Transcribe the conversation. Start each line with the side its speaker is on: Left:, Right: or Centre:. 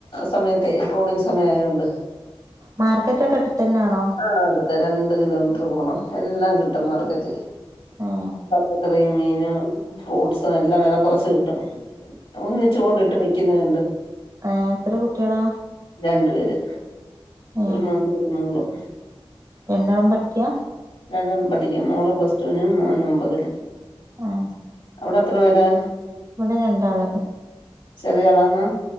Left: സമയത്ത് ട്രോളിങ് സമയായോണ്ട്.
Right: മാർക്കറ്റൊക്കെ അടുത്ത്ന്നാണോ?
Left: ആഹ് അട്ത്ത രണ്ട് കിലോമീറ്ററ് പോണം എല്ലാം കിട്ടും മാർക്കറ്റി
Right: ഏഹ്
Left: പച്ചക്കറി മീനും ഫ്രൂട്ട്സ് എല്ലാം വില കുറച്ച് കിട്ടും. ഒന്നിച്ചു കൊണ്ടിട്ട് വിക്കുന്നത്ണ്ട്.
Right: ആഹ് എത്ര കുട്ടിയളാ?
Left: രണ്ടു പേര്
Right: ഏഹ്
Left: ഒരു മോനും ഒരു മോളും.
Right: രണ്ടാളും പഠിക്ക?
Left: രണ്ടാളും പഠിക്കാ മോള് പ്ലസ്ടൂന് മോന് ഒമ്പതില്.
Right: ആഹ്.
Left: അവ്ടെത്ര പേരാ?
Right: ഇവടെ രണ്ടാള്.
Left: ചെറിയളാണോ?